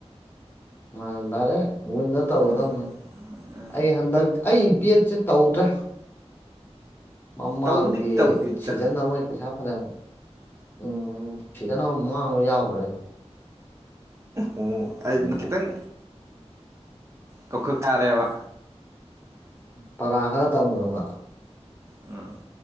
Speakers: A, on the left (about 20°); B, on the right (about 25°).
A: ꯑ ꯗꯔꯦ ꯎ ꯅ ꯇ
B: ꯎꯝ
A: ꯍꯗ
B: ꯎꯝ
A: ꯑꯩ ꯍꯟꯗꯛ ꯑꯩ ꯕꯤ ꯑꯦꯠꯁꯦ ꯇꯧꯗ꯭ꯔꯦ ꯃꯃꯥꯡꯒꯤ
B: ꯇꯧꯕꯨꯗꯤ ꯇꯧꯗꯦꯗ
A: ꯁꯤꯖꯟ ꯑꯃꯣꯏ ꯄꯩꯁꯥ ꯐꯅꯅ ꯎꯝ ꯁꯤꯗꯅ ꯃꯥꯡꯕ ꯌꯥꯎꯈ꯭ꯔꯦ
B: ꯑꯣ
A: ꯑꯗꯨꯗ
B: ꯑꯗꯨ ꯈꯤꯇꯪ ꯇꯈꯨ ꯀꯥꯗꯦꯕ
A: ꯄꯔꯥ ꯈꯔ ꯇꯝꯈꯕ
B: ꯎꯝ